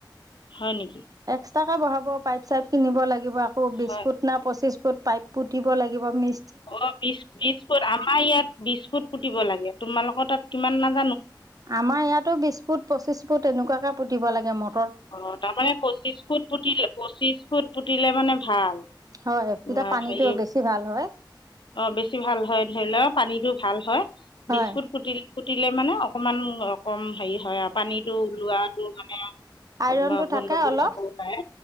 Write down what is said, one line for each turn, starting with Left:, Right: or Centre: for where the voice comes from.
Left: হয় নেকি
Right: এক্স ট্ৰাকে বহাব পাইপ চাইপ কিনিব লাগিব আকৌ বিছ
Left: হয়
Right: ফুট না পঁচিছ ফুট পাইপ পুতিব লাগিব মি
Left: অ, বিছ-বিছ ফুট আমাৰ ইয়াত বিছ ফুট পুতিব লাগে তোমালোকৰ তাত কিমান মান
Right: আমাৰ ইয়াতো বিছ ফুট, পঁচিছ ফুট তেনেকুৱাকে পুতিব লাগে মট
Left: অ তাৰমানে পঁচিশ ফুট পুতিলে পঁচিশ ফুট পুতিলে মানে ভাল।
Right: হয় তেতিয়া
Left: আ,
Right: পানীটো
Left: হেৰি
Right: বেছি ভাল হয়।
Left: অ বেছি ভাল হয় ধৰি লোৱা পানীতটো ভাল হয়
Right: হয়
Left: বিশ ফুট ত্ৰিছ ফুট উঠিলে মানে অকমান অকম হেৰি হয় আৰু পানীটো ওলোৱাটো মানে
Right: আইৰণতটো
Left: গণ্ডগোল
Right: থাকে অলপ
Left: হ'বও পাৰে